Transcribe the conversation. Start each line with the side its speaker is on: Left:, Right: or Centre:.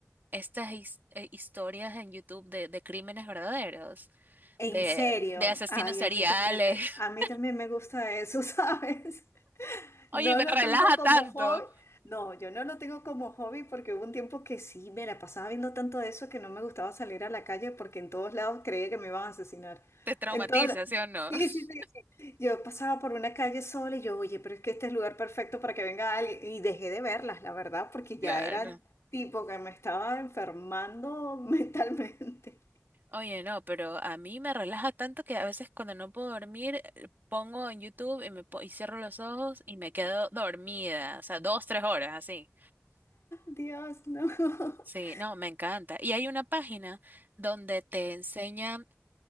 Right: estas his- eh, historias en YouTube de, de crímenes verdaderos,
Left: en
Right: de,
Left: serio,
Right: de asesinos
Left: ay,
Right: seriales.
Left: a mí también me,
Right: <laughs>
Left: a mí también me gusta eso, <laughs> ¿sabes?
Right: Oye,
Left: No
Right: me
Left: lo
Right: relaja
Left: tengo como
Right: tanto.
Left: hobby, no, yo no lo tengo como hobby porque hubo un tiempo que sí, me la pasaba viendo tanto de eso que no me gustaba salir a la calle porque en todos lados creía que me iban a asesinar.
Right: Te traumatiza,
Left: En todos la-
Right: ¿sí o no?
Left: sí,
Right: <laughs>
Left: sí, sí. Yo pasaba por una calle sola y yo, oye, pero es que este es el lugar perfecto para que venga alguien. Y dejé de verlas, la verdad, porque ya
Right: Claro.
Left: era tipo que me estaba enfermando <laughs> mentalmente.
Right: Oye, no, pero a mí me relaja tanto que a veces cuando no puedo dormir, eh, pongo en YouTube y, me po- y cierro los ojos y me quedo dormida, o sea, dos, tres horas así.
Left: Dios, no. <laughs>
Right: Sí, no, me encanta. Y hay una página donde te enseñan